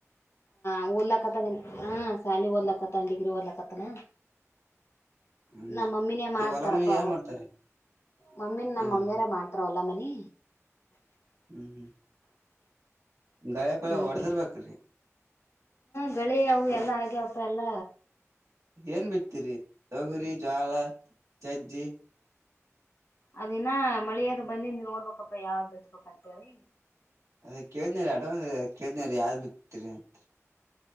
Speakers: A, on the left (about 55°); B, on the right (about 80°).
A: ಹ ಓದಲಕ್ಕತ್ತನ ಹ ಶಾಲಿ ದಲಕ್ಕತ್ತನ ಡಿಗ್ರಿ ಓದಲಕ್ಕತ್ತನ
B: ಹನ್ರಿ
A: ನಮ್ಮಮ್ಮಿನೇ ಮಾಡ್ತಾರಪ್ಪ
B: ಈ ಹೊಲ ಮನಿ ಯಾರ್ ಮಾಡ್ತಾರೀ
A: ಮಮ್ಮಿ ನಮ್ಮ
B: ಹ್ಮ್
A: ಮಮ್ಮಿಯಾರ
B: ಹ್ಮ್
A: ಮಾಡ್ತಾರವಲ್ಲ ಮನಿ
B: ಹ್ಮ್ ಹ್ಮ್ ದಾಯಪಾಯ
A: ಹ್ಮ್
B: ಹೊಡೆದಿರ್ಬೇಕ್ರಿ
A: ಬೆಳಿ ಅವು ಎಲ್ಲ ಆಗ್ಯವಪ್ಪ ಎಲ್ಲ
B: ಏನ್ ಬಿಡ್ತೀರಿ ತೊಗುರಿ ಜ್ವಾಲಾ ಚಜ್ಜಿ
A: ಅದಿನ ಮಳಿಯದು ಬನ್ನಿ ನೀ ನೋಡ್ಬೇಕಪ್ಪ ಯಾವ್ದು ಎತ್ಬೇಕಂತವರಿ
B: ಅದ ಕೇಳನೇ ಅಡ್ವಾನ್ಸ್ ಕೇಳನೇ ಯಾವ್ದ್ ಬಿತಿರಿ ಅಂತ